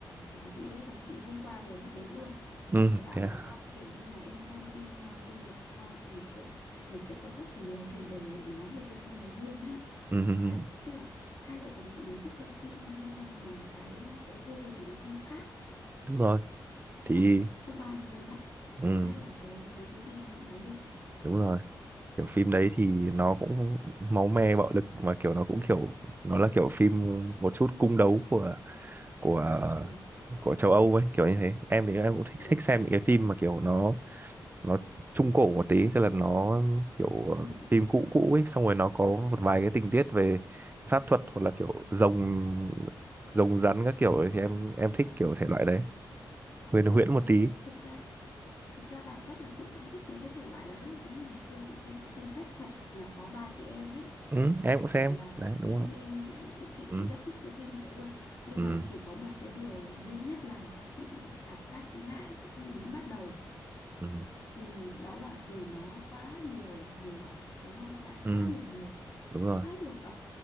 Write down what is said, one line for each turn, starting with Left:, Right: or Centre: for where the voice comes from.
Left: chồng chị đấy chồng chị hôm qua vừa nhắc đến luôn
Right: ừ
Left: vừa bảo
Right: thế à?
Left: là kể như mà em xem phim ờ, Game of Thrones thì kiểu mình sẽ có rất nhiều chủ đề để nói về cái phim đấy luôn á
Right: ừ, ừ, ừ.
Left: đấy tức là hai vợ chồng chị đều thích xem phim nhưng mà cái cái gu thì nó hơi khác
Right: đúng rồi
Left: đó
Right: thì
Left: hôm qua anh vừa nhắc
Right: ừ,
Left: vừa nhắc là cái đến cái phim đấy luôn
Right: đúng rồi kiểu phim đấy thì nó cũng máu me bạo lực mà kiểu nó cũng kiểu nó là kiểu phim một chút cung đấu của của
Left: ừ
Right: của châu Âu ấy kiểu như thế em thì em cũng thích
Left: ừ
Right: thích xem
Left: ừ
Right: những cái
Left: ừ
Right: phim mà kiểu nó nó trung cổ một tí tức là nó kiểu
Left: ừ,
Right: ờ, phim cũ cũ ấy xong rồi nó có một vài cái tình tiết về pháp thuật hoặc là kiểu rồng rồng rắn các kiểu ấy,
Left: ừ.
Right: thì em em thích kiểu thể loại đấy huyền huyễn
Left: ừ.
Right: một tí
Left: thực ra Thực ra bản chất là chị cũng thích mấy cái thể loại đấy đấy, giống như ngày xưa chị xem cái phim phép thuật mà có ba chị em ấy
Right: ừ, em cũng xem
Left: là
Right: đấy đúng
Left: Phoebe
Right: không
Left: đấy, thực chị
Right: ừ,
Left: chị rất thích cái phim đấy luôn. Nhưng
Right: ừ,
Left: mà chỉ có một cái điều duy nhất làm cho chị cảm giác ngại không muốn bắt đầu
Right: ừ,
Left: thì đó là vì nó quá nhiều mùa, đúng không? Ra
Right: ừ,
Left: quá nhiều mùa,
Right: đúng rồi
Left: quá nhiều tập